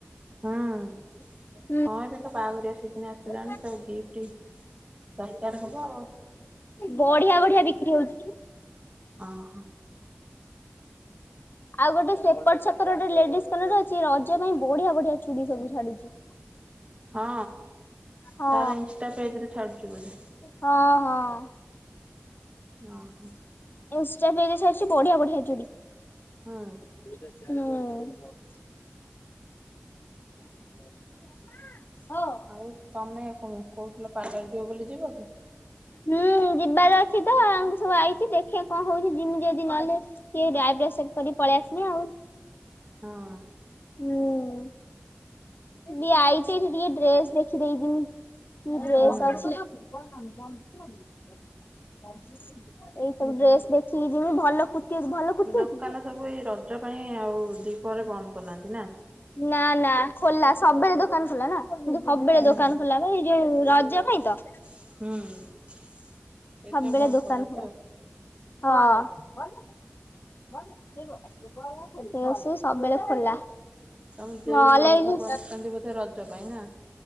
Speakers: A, on the right (about 25°); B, on the left (about 50°).
A: ହଁ।
B: <inaudible>
A: ହଁ ଏବେ ତ ବାହାଘରିଆ ସିଜିନ୍ ଆସିଲାଣି।
B: ହଁ
A: ସବୁ ଗିଫ୍ଟ ଦରକାର ହବ ଆଉ।
B: ବଢିଆ ବଢିଆ ବିକ୍ରି ହଉଚି। <inaudible>
A: ଓହୋ।
B: ଆଉ ଗୋଟେ ସେପଟେ ଛକର ଗୋଟେ ଲେଡିଜ କନର ଅଛି। ରଜ ପାଇଁ ବଢିଆ ବଢିଆ ଚୁଡି ସବୁ ଛାଡୁଚି।
A: ହଁ,
B: ହଁ
A: ତାର ଇନଷ୍ଟା ପେଜରେ ଛାଡୁଛି ବୋଧେ।
B: ହଁ ହଁ।
A: ଓହୋ।
B: ଇନଷ୍ଟା ପେଜରେ ଛାଡିଛି ବଢିଆ ବଢିଆ ଚୁଡି।
A: ହୁଁ।
B: ହୁଁ। <unintelligible>
A: ଆଉ ତମେ କଣ କହୁଥିଲ, ପାଲର ଯିବ ବୋଲି ଯିବ କି?
B: ହୁଁ। ଯିବାର ଅଛି ତ। ଆମେ ସବୁ ଆଇଚୁ, ଦେଖିଆ କଣ ହଉଚି? ଯିମି ଯଦି ନହେଲେ। ଟିକିଏ ଆଇବ୍ରୋ ସେଭ୍ କରି ପଳେଇ ଆସିବି ଆଉ।
A: ହଁ।
B: ହୁଁ। ଟିକେ ଆଇଚି। ଏଠି ଟିକେ ଡ୍ରେସ ଦେଖି ଦେଇକି ଜୀମି। କି ଡ୍ରେସ
A: ହଁ।
B: ଅଛି? <unintelligible> ଏଇ ସବୁ ଡ୍ରେସ ଦେଖିକି ଯିମି। ଭଲ କୁର୍ତ୍ତି ଅଛି। ଭଲ କୁର୍ତ୍ତି
A: ଦୋକାନ
B: ଅଛି।
A: ସବୁ ଏଇ ରଜ ପାଇଁ ଆଉ ଦ୍ବିପହରରେ ବନ୍ଦ କରୁନାହାନ୍ତି ନା?
B: ନା ନା ଖୋଲା ସବୁବେଳେ ଦୋକାନ ଖୋଲା। ନା? ସବୁବେଳେ
A: ହୁଁ।
B: ଦୋକାନ ଖୋଲା ବା ଏଇ ଇଏ ରଜ ପାଇଁ ତ?
A: ହୁଁ! ସେଇଥିପାଇଁ
B: ସବୁବେଳେ ଦୋକାନ
A: ବନ୍ଦ କରୁନାହାନ୍ତି
B: ଖୋଲା।
A: ଆଉ
B: ହଁ। ରୋଷେଇ ସବୁବେଳେ ଖୋଲା।
A: ତମ ଦେଇ
B: ନହେଲେ
A: ସବୁ
B: ହଁ
A: ଆସିଛନ୍ତି ବୋଧେ ରଜ ପାଇଁ ନା?